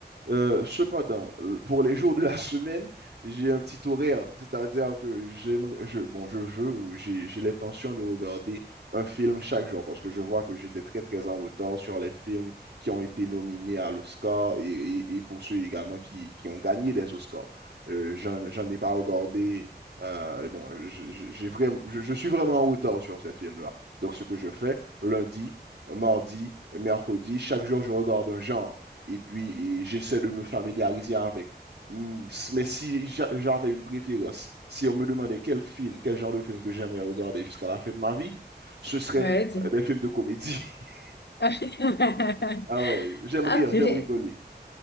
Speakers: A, on the right; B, on the left.
A: Euh, cependant, euh, pour les jours de la <laughs> semaine, j'ai un petit horaire, c'est-à-dire que j'aime, je, bon, je veux ou j'ai, j'ai l'intention de regarder un film chaque jour parce que je vois que j'étais très, très en retard sur les films qui ont été nominés à l'Oscar et, et- et pour ceux également qui, qui ont gagné des Oscars. Euh, j'en, j'en ai pas regardé. euh, bon, je- je- j'ai vraiment, je, je suis vraiment en retard sur ces films-là. Donc, ce que je fais, lundi, mardi, mercredi, chaque jour, je regarde un genre et puis et j'essaie de me familiariser avec. Mm, Mais si j'avais une préférence, si on me demandait quel film, quel genre de film que j'aimerais regarder jusqu'à la fin de ma vie, ce serait
B: Ouais,
A: euh, des films de comédie. <laughs>
B: <laughs>
A: Ah ouais, j'aime
B: Ah,
A: rire,
B: purée.
A: j'aime rigoler.